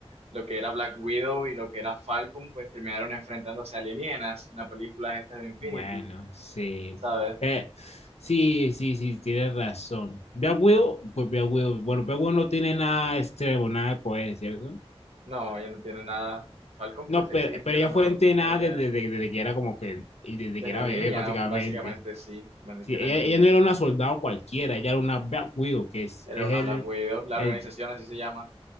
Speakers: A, on the right (about 75°); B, on the left (about 80°).
A: lo que era Black Widow y lo que era Falcon, pues terminaron enfrentándose a alienígenas en la película esta de Infinity,
B: Bueno, sí.
A: ¿sabes?
B: Eh, sí, sí, sí, tienes razón. Black Widow, pues Black Widow, bueno, Black Widow no tiene nada extremo, nada de poder, ¿cierto?
A: No, ella no tiene nada. Falcon,
B: No,
A: pues se
B: pero,
A: dice que tiene
B: pero ella
A: la mejor
B: fue entrenada
A: puntería
B: desde, desde- desde que era como que, y desde
A: desde
B: que era
A: niña,
B: bebé prácticamente.
A: básicamente, sí, cuando
B: Sí,
A: que eran
B: ella,
A: niñas.
B: ella no era una soldado cualquiera, ella era una Black Widow, que es,
A: Era
B: es
A: una
B: el,
A: Black Widow, la
B: el,
A: organización así se llama.